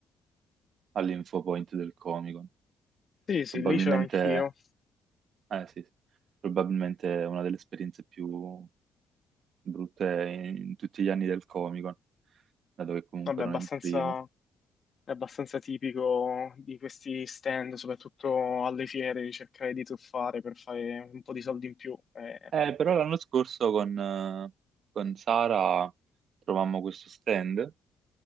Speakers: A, on the right; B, on the left.
A: all'infopoint del Comic-Con.
B: Sì, sì,
A: Probabilmente,
B: lì c'ero anch'io.
A: eh sì, sì. probabilmente è una delle esperienze più brutte in, in tutti gli anni del Comic-Con, dato che comunque
B: Vabbè,
A: non
B: abbastanza,
A: è il primo.
B: è abbastanza tipico di questi stand, soprattutto alle fiere, di cercare di truffare per fare un po' di soldi in più. Eh,
A: Eh, però l'anno scorso con, eh, con Sara trovammo questo stand